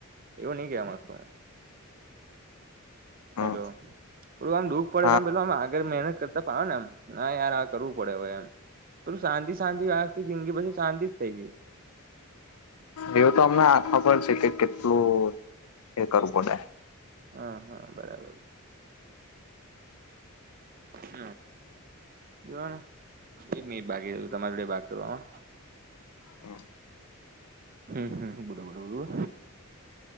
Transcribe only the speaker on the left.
હમ
હા
એવું તો અમને હાથમાં પણ છે કે કેટલું એ કરવું પડે.
હ.